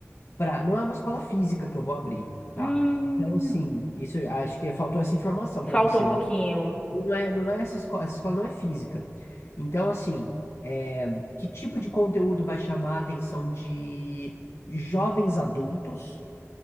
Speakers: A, on the left; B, on the left.
A: para. Não é uma escola física que eu vou abrir, tá?
B: Hum,
A: Então, assim, isso eu acho que faltou essa informação
B: faltou
A: para você,
B: um pouquinho.
A: né? Não é, não é essa escola, essa escola não é física. Então, assim, é, que tipo de conteúdo vai chamar a atenção de jovens adultos